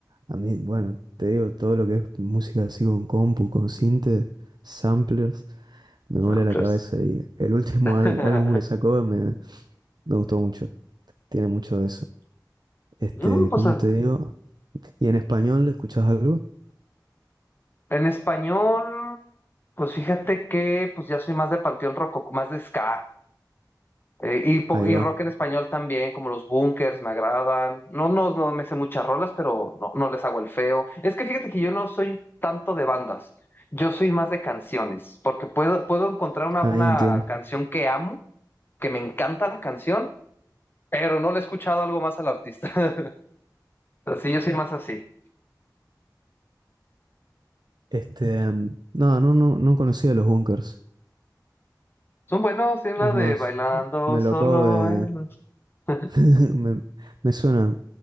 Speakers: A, on the right; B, on the left.
A: a mí, bueno, te digo, todo lo que es música así con compu, con sintes, samplers, me vuela
B: Ah,
A: la
B: pues.
A: cabeza y el <laughs> último
B: <laughs>
A: al- álbum que sacó me, me gustó mucho, tiene mucho de eso. Este,
B: Mm, pues
A: ¿cómo te digo? ¿Y en español escuchás algo?
B: en español, pues fíjate que pues ya soy más de Panteón Rococo, más de ska. Eh, y, po-
A: Ahí
B: y
A: va,
B: rock en español también, como los Bunkers, me agradan. No, no, no me sé muchas rolas, pero no, no les hago el feo. Es que fíjate que yo no soy tanto de bandas, yo soy más de canciones, porque puedo, puedo encontrar una,
A: ahí
B: una
A: entiendo.
B: canción que amo, que me encanta la canción, pero no le he escuchado algo más al artista. <laughs> Así yo soy más así.
A: Este, em, no, no, no, no conocía los Bunkers,
B: Son buenos, tienen
A: es
B: la de
A: más,
B: Bailando
A: me
B: Solo.
A: lo acabo de,
B: en <laughs>
A: <laughs> me, me suena,